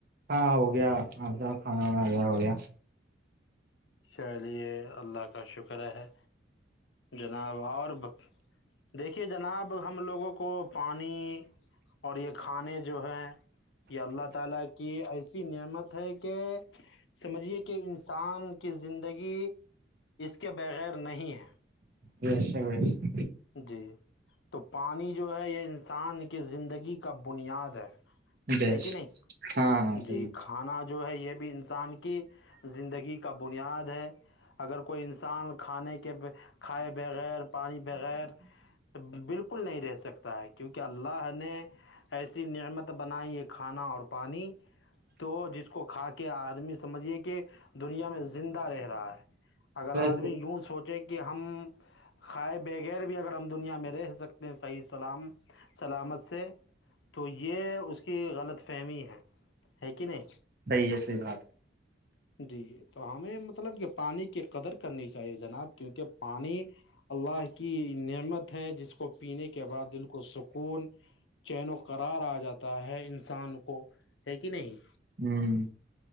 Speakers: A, on the right; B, on the left.
A: ہاں ہو گیا آپ سب کھانا وانا آ گیا ہو گیا
B: چلیے اللہ کا شکر ہے جناب اور دیکھیے جناب ہم لوگوں کو پانی اور یہ کھانے جو ہیں یہ اللہ تعالی کی ایسی نعمت ہے کہ سمجھیے کہ انسان کی زندگی اس کے بغیر نہیں ہے
A: ویش م
B: جی تو پانی جو ہے یہ انسان کی زندگی کا بنیاد ہے
A: بیش
B: ہے کہ نہیں
A: ہاں ہاں صحیح
B: جی کھانا جو ہے یہ بھی انسان کی زندگی کے کا بنیاد ہے اگر کوئی انسان کھانے کے کھائے بغیر پانی بغیر بالکل نہیں رہ سکتا ہے کیونکہ اللہ نے ایسی نعمت بنائی یہ کھانا اور پانی تو جس کو کھا کے آدمی سمجھیے کہ دنیا میں زندہ رہ رہا ہے اگر
A: ویسے
B: آدمی یوں سوچے کہ ہم کائے بغیر بھی اگر ہم دنیا میں رہ سکتے ہیں صحیح سلام سلامت سے تو یہ اس کے کی غلط فہمی ہے ہے کہ نہیں
A: صحی ہے صحی بات ہے
B: جی تو ہمیں مطلب کہ پانی کی قدر کرنی چاہیے جناب کیونکہ پانی اللہ کی نعمت ہے جس کو پینے کے بعد دل کو سک کوون چین وقرار آ جاتا ہے انسان کو ہے کہ نہیں
A: ہوں